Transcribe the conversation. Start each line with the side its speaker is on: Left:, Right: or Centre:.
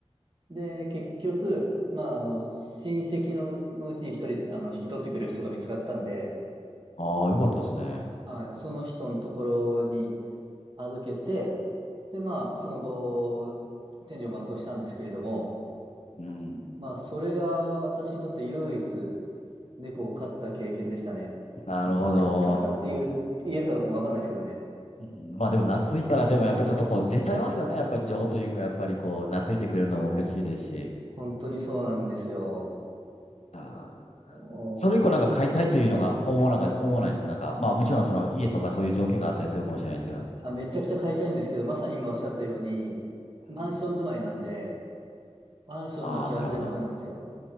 Right: で、結局、まあ、あの、親戚の、のうちに一人、あの、引き取ってくれる人が見つかったんで、
Left: ああ、よかったですね。
Right: はい、その人のところに、預けて、で、まあ、その後、天寿を全うしたんですけれども、
Left: うん。
Right: まあ、それが私にとって唯一猫を飼った経験でしたね。
Left: なるほど。
Right: まあ、か、か、飼ったっていう、言えるかどうかもわかんないですけどね。
Left: うんまあでも懐いたらでもやっぱりちょっとこう出ちゃいますよね。やっぱり情というか、やっぱりこう懐いてくれるのも嬉しいですし。
Right: 本当にそうなんですよ。
Left: ああ。
Right: おー、
Left: それ以降なんか買いたいというのが思わなか、思わないですかなんか、まあもちろんその家とかそういう条件があったりするかもしれないですけど。
Right: あ、あ、めちゃくちゃ飼いたいんですけど、まさに今おっしゃったように、マンション住まいなんで、
Left: うん。
Right: マンションの規約でダメなんですよ。
Left: ああ、なるほど。